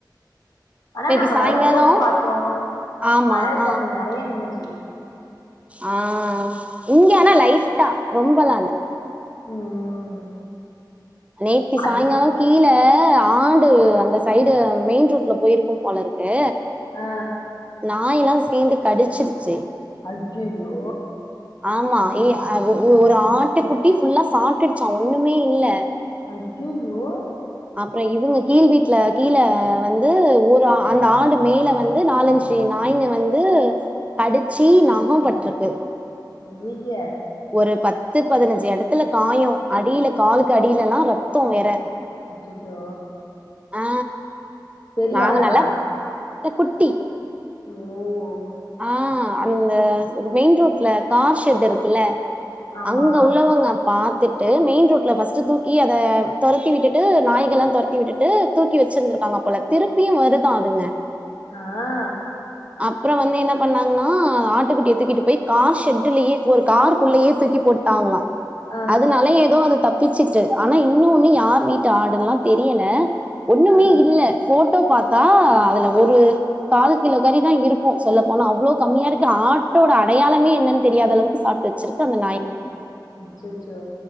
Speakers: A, on the left; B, on the right.
A: ஆனா
B: நேத்தி
A: நாங்க
B: சாய்ங்காலோ
A: வரும்போது பாத்தோ
B: ஆமா
A: மழ
B: ஆ
A: தண்ணி நெறைய நின்னுச்சு
B: ஆ இங்க ஆனா லைட்டா ரொம்பலால்ல
A: ம்
B: நேத்தி சாய்ங்காலோ
A: அது
B: கீழ ஆண்டு அந்த சைடு மெயின் ரோட்ல போயிருக்கும் போலருக்கு
A: ஆ
B: நாய் எல்லா சேந்து கடிச்சிருச்சு
A: ஐய்யய்யோ
B: ஆமா இ ஒரு ஆட்டு குட்டி ஃபுல்லா சாப்டுச்சா ஒண்ணுமே இல்ல
A: ஐய்யய்யோ
B: அப்புறோ இவுங்க கீழ் வீட்ல கீழ வந்து ஒரு அந்த ஆடு மேல வந்து நாலஞ்சு நாய்ங்க வந்து கடிச்சி நககோ பட்டுருக்கு
A: யிய்ய
B: ஒரு பத்து பதினஞ்சு எடத்துல காயம் அடியில காலுக்கு அடியலல்லா ரத்தோம் வேற
A: அச்சச்சோ
B: ஆ
A: பெரிய
B: நாங்க
A: ஆளா
B: நல்லா குட்டி
A: ஓ
B: ஆ அந்த மெயின் ரோட்ல கார் ஷெட் இருக்குல்ல
A: ஆமா
B: அங்க உள்ளவங்க பாத்துட்டு மெயின் ரோட்ல ஃபர்ஸ்ட்டு தூக்கி அத தொறத்தி விட்டுட்டு நாய்கலா தொற தத்தி விட்டுட்டு தூக்கி வச்சிருந்திருக்காங்க அப்பல திருப்பியும் வருதான் அதுங்க
A: ஆ
B: அப்ற வந்து என்ன பண்ணாங்கனா ஆட்டுக்குட்டிய தூக்கிட்டு போய் கார் ஷெட்லயே ஒரு கார்குள்ளயே தூக்கி போட்டாங்களா
A: ஆ
B: அதனால எதோ அது தப் பிச்சுட்டு ஆனா இன்னொன்னு யார் வீட்டு ஆடுன்லா தெரியல ஒன்னுமே
A: ஆ
B: இல்ல ஃபோட்டோ பாத்தா அதுல ஒரு கால் கிலோ கறி தா இருக் சொல்ல போனா அவ்ளோ கம்மியா இருக்க ஆட்டோட அடையாளமே என்னன் தெரியாத அளவுக்கு சாப்ட்டு ச்சிருக்கங்க
A: அச் அச்சச்சோ